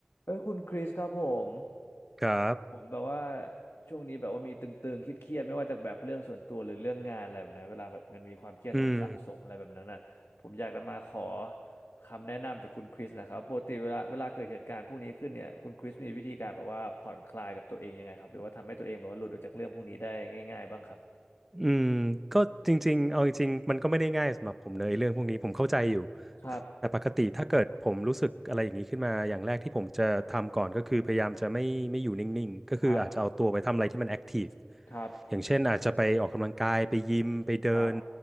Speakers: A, on the left; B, in the centre.
A: เอ้ยคุณคริสครับผม
B: ครับ
A: ผมแบบว่าช่วงนี้แบบว่ามีตึงๆเครียดๆไม่ว่าจากแบบเรื่องส่วนตัวหรือเรื่องงานอะไรแบบนี้เวลาแบบมันมีความเครียดสงสั่งสมอะไรแบบนั้นน่ะผมอยากจะมาขอ
B: อืม
A: คำแนะนำจากคุณคริสนะครับปกติเวลาเวลาเกิดเหตุการณ์พวกนี้ขึ้นเนี่ยคุณคริสมีวิธีการแบบว่าผ่อนคลายกับตัวเองยังไงครับหรือว่าทำให้ตัวเองแบบว่าหลุดออกจากเรื่องพวกนี้ได้ง่ายๆบ้างครับ
B: อืมก็จริงๆ เอาจริงๆ มันก็ไม่ได้ง่ายสำหรับผมเลยเรื่องพวกนี้ผมเข้าใจอยู่
A: ครับ
B: แต่ปกติถ้าเกิดผมรู้สึกอะไรอย่างนี้ขึ้นมาอย่างแรกที่ผมจะทำก่อนก็คือพยายามจะไม่ไม่อยู่นิ่งๆ ก็คืออาจจะเอาตัวไปทำอะไรที่มันแอคทีฟ
A: ครับครับ
B: อย่างเช่นอาจจะไปออกกำลังกายไปยิมไปเดิน
A: ครับ